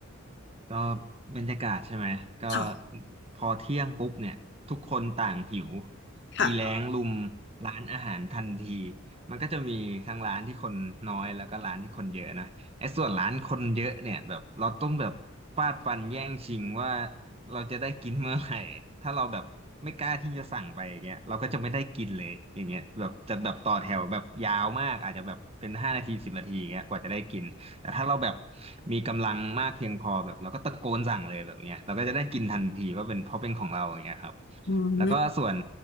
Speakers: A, on the right (about 30°); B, on the left (about 55°).
A: ก็บรรยากาศใช่ไหมก็
B: ค่ะ
A: พอเที่ยงปุ๊บเนี่ยทุกคนต่างหิว
B: ค่ะ
A: อีแล้งลุมร้านอาหารทันทีมันก็จะมีทั้งร้านที่คนน้อยแล้วก็ร้านที่คนเยอะนะไอ้ส่วนร้านคนเยอะเนี่ยแบบเราต้องแบบฟาดฟันแย่งชิงว่าเราจะได้กินเมื่อไหร่ถ้าเราแบบไม่กล้าที่จะสั่งไปอย่างเงี้ยเราก็จะไม่ได้กินเลยอย่างเงี้ยแบบจะแบบต่อแถวแบบยาวมากอาจจะแบบเป็นห้านาทีสิบนาทีอย่างเงี้ยกว่าจะได้กิน แต่ถ้าเราแบบมีกำลังมากเพียงพอแบบเราก็ตะโกนสั่งเลยแบบเนี้ยเราก็จะได้กินทันทีว่าเป็นเพราะเป็นของเราอย่างเงี้ยครับ
B: อืม
A: แล้วก็ส่วน